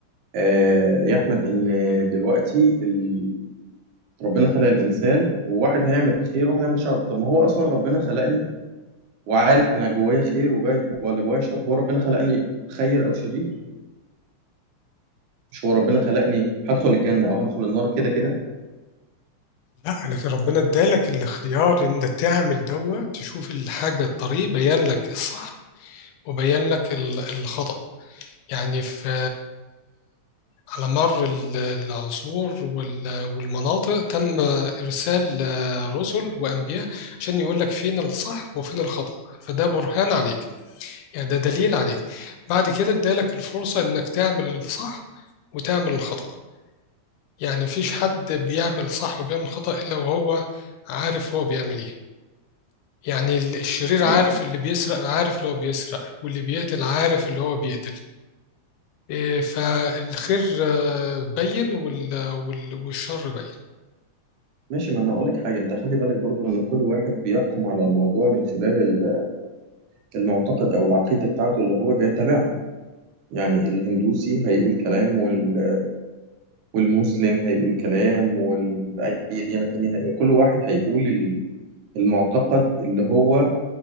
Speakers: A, on the right (about 80°); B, on the left (about 85°).
A: آه يا احمد ان دلوقتي ال... ربنا خلق الانسان وواحد هيعمل خير وواحد هيعمل شر طب ما هو اصلا ربنا خلقني وعارف انا جوايا خير وجاي ولا جوايا شر هو ربنا خلقني خير او شرير مش هو ربنا خلقني هدخل الجنه او هدخل النار كده كده
B: لا لكن ربنا ادالك الخيار ان انت تعمل دوا تشوف الحاجه الطريق بين لك الصح وبين لك ال- الخطأ يعني في على مر ال- العصور وال- والمناطق تم ارسال آه، رسل وانبياء عشان يقول لك فين الصح وفين الخطأ فده برهان عليك يعني ده دليل عليك بعد كده ادالك الفرصه انك تعمل الصح وتعمل الخطأ يعني مفيش حد بيعمل صح وبيعمل خطأ إلا وهو عارف هو بيعمل إيه يعني ال- الشرير عارف
A: طيب
B: اللي بيسرق عارف اللي هو بيسرق واللي بيقتل عارف اللي هو بيقتل إيه، فالخير آه، بين وال- وال- والشر بين
A: ماشي ما انا هقول لك حاجه انت خلي بالك برضو ان كل واحد بيحكم على الموضوع من خلال ال- المعتقد او العقيده بتاعته اللي هو بيتبعها يعني الهندوسي هيقول كلام وال... والمسلم هيقول كلام واي ديانه تانية هيقول. كل واحد هيقول ال- المعتقد اللي هو